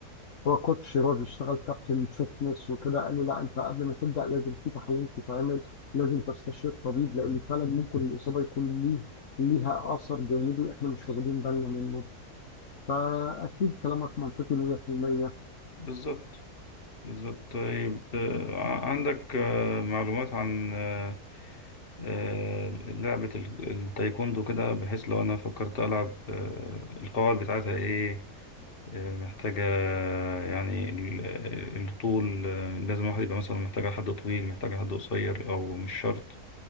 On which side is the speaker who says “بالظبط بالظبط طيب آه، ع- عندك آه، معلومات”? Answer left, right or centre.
Left